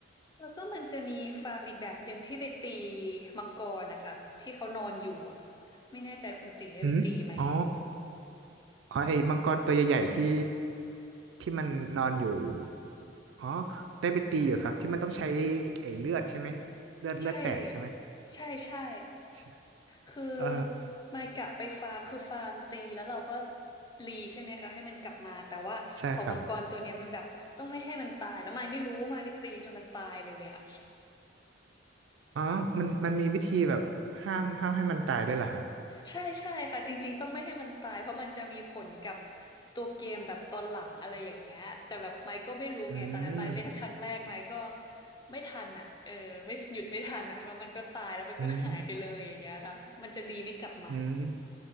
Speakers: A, on the left (about 20°); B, on the right (about 75°).
A: แล้วก็มันจะมีฟาร์มอีกแบบหนึ่งที่ไปตีมังกรนะคะที่เขานอนอยู่อ่ะไม่แน่ใจคุณตีได้ไปตีไหม
B: อืมอ๋ออ๋อไอ้มังกรตัวใหญ่ๆที่ที่มันนอนอยู่ อ๋อ ได้ไปตีอยู่ครับที่มันต้องใช้ไอ้เลือดใช่ไหมเลือดเลือดแตกใช่ไหม
A: ใช่ใช่ใช่
B: ใช่
A: คือ
B: เออ
A: ไมายกะไปฟาร์มคือฟาร์มตีแล้วเราก็รีใช่ไหมคะให้มันกลับมาแต่ว่าของมังกรตัวเนี้ยมันแบบต้องไม่ให้มันตายแล้วไมายไม่รู้ไมายไปตีจนมันตายเลยอ่ะ
B: ใช่ครับอ๋อมันมันมีวิธีแบบห้ามห้ามให้มันตายด้วยเหรอฮะ
A: ใช่ใช่ค่ะจริงๆต้องไม่ให้มันตายเพราะมันจะมีผลกับตัวเกมแบบตอนหลังอะไรอย่างเงี้ยแต่แบบไมค์ก็ไม่รู้ไงตอนนั้นไมค์เล่นครั้งแรกไมค์ก็
B: อืม
A: ไม่ทันอ่ะเออไม่หยุดไม่ทันอ่ะแล้วมันก็ตายแล้วมันก็หายไปเลยอย่างเงี้ยค่ะมันจะรีไม่กลับมา
B: อืมอืม